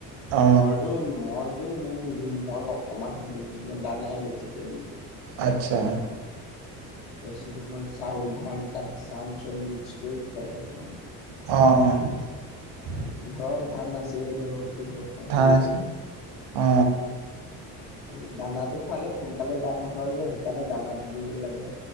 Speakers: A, on the right; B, on the left.
A: অ
B: মৰটো মৰ ত, ইমান নিদিওঁ মই অকমান হে দিওঁ। তই দানাই বেছিকে দিওঁ।
A: আচ্ছা।
B: তাৰ পিছত মই চাউল, ধান ত, চান চব মিক্স কৰি খুৱাই থাকো আৰু।
A: অ'।
B: ঘৰত ধান আছে, ধৰক কিহ সেই
A: ধান আছে
B: আৰু।
A: অ
B: খাল দানাটো খোৱালে সোনকালে ডাঙৰ হয় যে সেইকাৰণে দানাটো দিব লাগে।